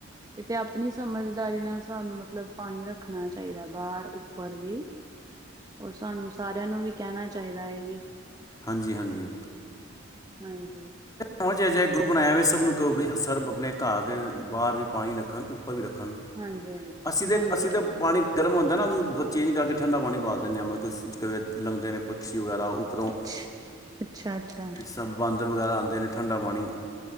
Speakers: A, on the right (about 20°); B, on the left (about 20°).
A: ਐ ਤੇ ਅਪਨੀ ਸਮਝਦਾਰੀ ਨਾਲ ਸਾਨੂੰ ਮਤਲਬ ਪਾਨੀ ਰੱਖਨਾ ਚਾਯੀਦਾ ਬਾਰ ਉੱਪਰ ਵੀ ਓਰ ਸਾਨੂੰ ਸਾਰਆ ਨੂੰ ਵੀ ਕੇਨਾ ਚਾਹੀਦਾ ਐਹੀ।
B: ਹਾਂਜੀ-ਹਾਂਜੀ।
A: ਹਾਂਜੀ।
B: ਫੋਨ ਚ ਅਜੇ ਗਰੁੱਪ ਬਣਾਯਾ ਵੇ ਸਭ ਨੂੰ ਕਹੋ ਵੀ ਸਰਭ ਅਪਨੇ ਘਰ ਦੇ ਬਾਹਰ ਵੀ ਪਾਣੀ ਰੱਖਣ ਉੱਪਰ ਵੀ ਰੱਖਣ।
A: ਹਾਂਜੀ ਹਾਂਜੀ
B: ਅਸੀਂ ਤੇ
A: ਹਾਂਜੀ
B: ਅਸੀਂ ਤੇ
A: ਠੀਕ
B: ਪਾਣੀ ਗਰਮ ਹੁੰਦੈ ਨਾ, ਚੇਂਜ ਕਰਕੇ ਠੰਡਾ ਪਾਣੀ ਪਾ ਦਿੰਨੇ ਆ ਮ ਕੁਛ। ਲੰਗਦੇ ਨੇ ਪਕਸੀ ਵਗੈਰਾ ਓਪਰੋ
A: ਅੱਛਾ ਅੱਛਾ ਅੱਛਾ
B: ਸਭ ਬਾਂਦਰ ਵਗੈਰਾ ਆਂਦੇ। ਤੇਨੇ ਠੰਡਾ ਪਾਣੀ